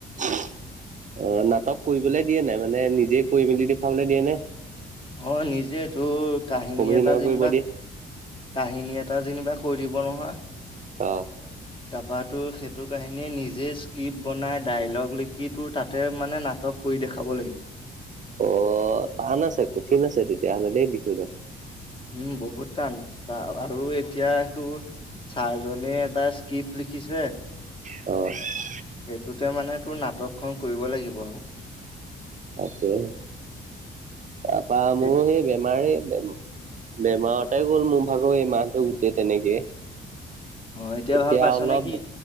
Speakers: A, on the right (about 40°); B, on the left (about 25°).
A: অ', নাটক কৰিবলৈ দিয়ে নাই, মানে নিজে কৰি মেলি দেখুৱাবলৈ দিয়ে নে?
B: অ', নিজে তোৰ কাহিনী
A: অভিনয়
B: এটা যেনিবা
A: কৰিব দিয়ে?
B: কাহিনী এটা যেনিবা কৈ দিব নহয়।
A: অঁ।
B: তাৰপা তোৰ সেইটো কাহিনীয়ে নিজে স্ক্ৰিপ্ট বনাই ডাইলগ লিখি তোৰ তাতে মানে নাটক কৰি দেখাব লাগিব।
A: অ', টান আছে কঠিন আছে তেতিয়াহ'লে দেই বিষয়দাল।
B: উম, বহুত টান। টা আৰু এতিয়া তোৰ ছাৰজনে এটা স্ক্ৰিপ্ট লিখিছে
A: অ'।
B: সেইটোতে মানে তোৰ নাটকখন কৰিব লাগিব আৰু!
A: তাকেহে! তাৰপা মোৰ
B: এ
A: সেই বেমাৰেই বেমাৰ তাতেই গ'ল মোৰ ভাগৰ এই মাহটো গোটেই তেনেকে
B: অ
A: এতিয়া
B: ভাল পাইছ
A: অলপ
B: নে কি